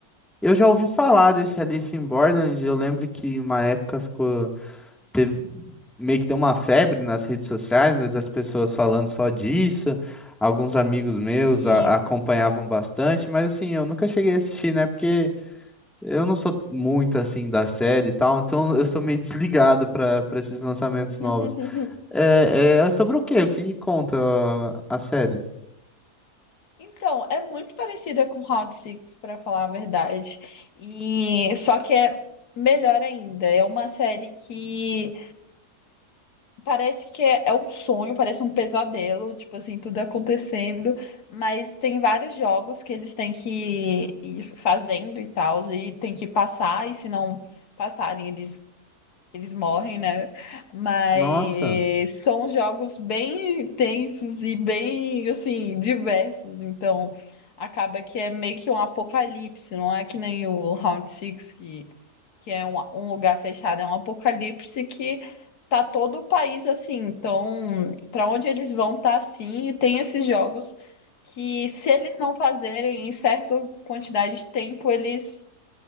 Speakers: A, in the centre; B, on the left (about 75°).
A: Eu já ouvi falar desse Alice in Borderland, eu lembro que uma época ficou teve meio que deu uma febre nas redes sociais, né, das pessoas falando só disso. Alguns amigos meus
B: E...
A: a- acompanhavam bastante, mas assim, eu nunca cheguei a assistir, né? Porque eu não sou muito assim da série e tal, então eu sou meio <laughs> desligado para para esses lançamentos
B: <laughs>
A: novos. É, é é sobre o quê? O que que conta a a série?
B: Então, é muito parecida com Round Six, pra falar a verdade. E só que é melhor ainda. É uma série que parece que é é um sonho, parece um pesadelo, tipo assim, tudo acontecendo, mas tem vários jogos que eles têm que ir fazendo e tal, e tem que passar, e se não passarem, eles Eles morrem, né? Mas
A: Nossa.
B: são jogos bem intensos e bem, assim, diversos. Então, acaba que é meio que um apocalipse. Não é que nem o Round Six que, que é um, um lugar fechado. É um apocalipse que tá todo o país assim. Então, para onde eles vão tá assim. E tem esses jogos que, se eles não fazerem em certa quantidade de tempo, eles